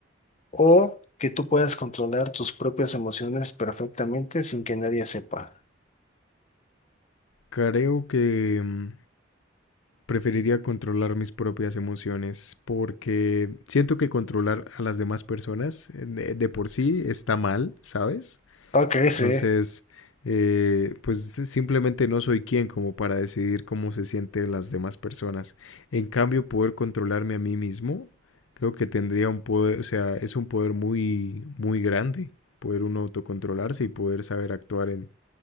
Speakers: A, on the left; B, on the left.
A: ¿O que tú puedas controlar tus propias emociones perfectamente sin que nadie sepa?
B: Creo que mm, Preferiría controlar mis propias emociones porque siento que controlar a las demás personas eh, de, de por sí está mal, ¿sabes?
A: Ok, sí.
B: Entonces, eh, pues simplemente no soy quien como para decidir cómo se sienten las demás personas. En cambio, poder controlarme a mí mismo, creo que tendría un poder, o sea, es un poder muy, muy grande, poder uno autocontrolarse y poder saber actuar en,